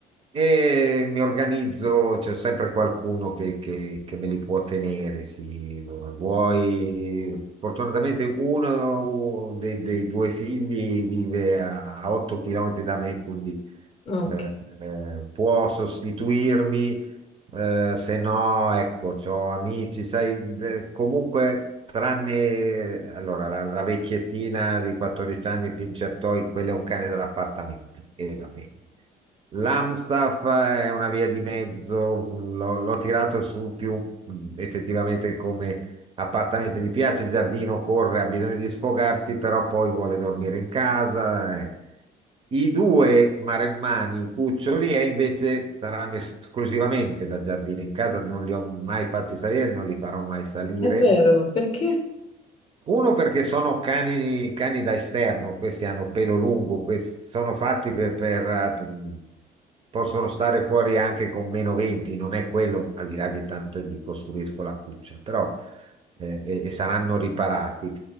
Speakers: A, on the right (about 35°); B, on the left (about 35°).
A: E mi organizzo, c'è sempre qualcuno che, che- che me li può tenere, sì. Vuoi, fortunatamente uno dei, dei due figli vive a 8 km da me, quindi
B: Ok,
A: eh, eh, può sostituirmi eh, se no, ecco, c'ho amici, sai, de- comunque, tranne allora, la, la vecchiettina di 14 anni, Pincertoi, quello è un cane dell'appartamento. e va bene. L'Amstaff è una via di mezzo, l'ho l'ho tirato su più mh, effettivamente come appartamento, gli piace il giardino, corre, ha bisogno di sfogarsi, però poi vuole dormire in casa. eh. I due maremmani, cuccioli, e invece saranno esclusivamente da giardino in casa, non li ho mai fatti salire, non li farò mai salire
B: è vero, perché?
A: uno perché sono cani, cani da esterno, questi hanno pelo lungo, questi sono fatti per, per, eh, per- possono stare fuori anche con meno 20, non è quello, al di là che tanto gli costruisco la cuccia, però eh, e, e saranno riparati.